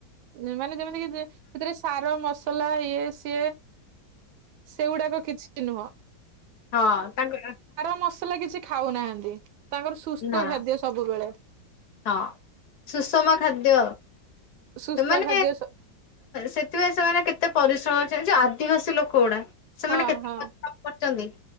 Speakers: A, on the right; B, on the left.
A: ଯେ ମାନେ ଯେମି ତିକି ଯେ ସେଥିରେ ସାର ମସ ସଲା ସେ ସେଗୁଡାକ କିଛି ଶଣୁହ
B: ହଁ ତାଙ୍କ
A: ମସଲା କିଛି ଖାଉନାହାନ୍ତି ତାଙ୍କର ସୁସ୍ଥ
B: ନା
A: ଖାଦ୍ୟ ସବୁବେଳେ
B: ହଁ ସୁଷମ ଖାଦ୍ୟ।
A: ସୁସ୍ଥ
B: ସେମାନେ
A: ଖାଦ୍ୟ ସ
B: ସେଥିପାଇ ସେମାନେ କେତେ ପରିଶ୍ରମ ଚାଲିଛି ଆଦିବାସୀ ଲୋକ ଗୁଡା। ସେମାନେ
A: ହଁ
B: କେତେ
A: ହଁ
B: ପରିଶ୍ରମ କରୁଛନ୍ତି